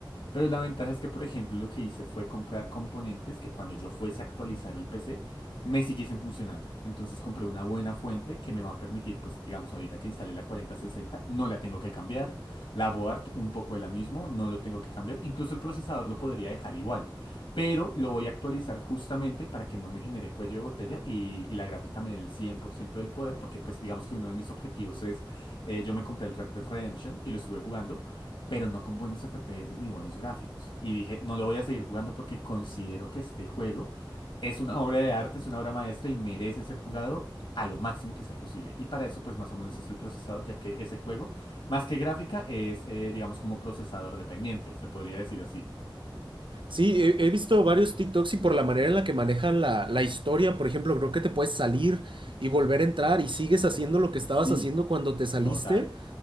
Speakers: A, on the left; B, on the right.
A: Pero la ventaja es que, por ejemplo, lo que hice fue comprar componentes que cuando yo fuese a actualizar el PC, me siguiesen funcionando. Entonces compré una buena fuente que me va a permitir, pues digamos, ahorita que instalé la cuarenta sesenta no la tengo que cambiar. La board, un poco de la mismo, no lo tengo que cambiar. Incluso el procesador lo podría dejar igual. Pero lo voy a actualizar justamente para que no me genere cuello de botella y, y la gráfica me dé el 100% del poder, porque pues digamos que uno de mis objetivos es, eh, yo me compré el Red Dead Redemption y lo estuve jugando pero no con buenos FPS ni buenos gráficos. Y dije, no lo voy a seguir jugando porque considero que este juego es una obra de arte, es una obra maestra y merece ser jugado a lo máximo que sea posible. Y para eso, pues más o menos es el procesador, ya que ese juego, más que gráfica, es, eh, digamos, como procesador dependiente, se podría decir así.
B: Sí, he, he visto varios TikToks y por la manera en la que manejan la, la historia, por ejemplo, creo que te puedes salir y volver a entrar y sigues haciendo lo que estabas
A: Sí,
B: haciendo cuando te saliste.
A: total.